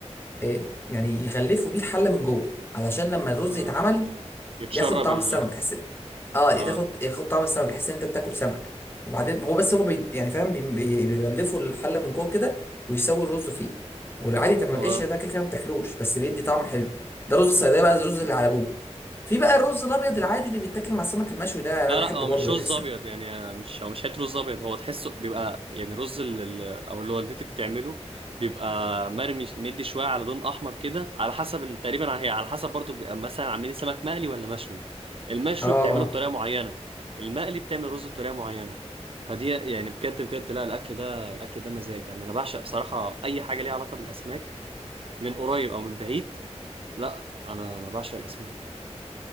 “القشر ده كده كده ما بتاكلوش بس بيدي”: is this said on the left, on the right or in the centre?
Left